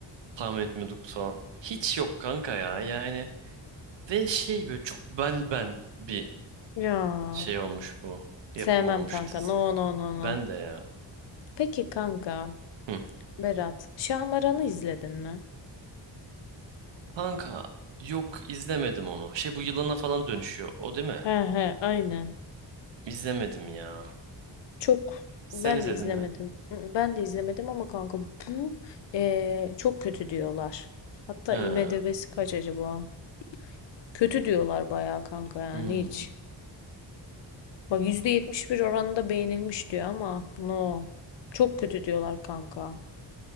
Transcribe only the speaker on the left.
Ya.
Sevmem
kanka.
No no no
no.
Peki kanka.
Berat. Şahmaran'ı izledin mi?
He he aynen.
Çok.
Ben
de izlemedim.
Mm, Ben de izlemedim ama kanka bu eee, çok kötü diyorlar. Hatta
IMDb'si kaç acaba? Kötü diyorlar bayağı kanka yani
hiç. Bak %71 oranında beğenilmiş diyor ama no. Çok kötü diyorlar kanka.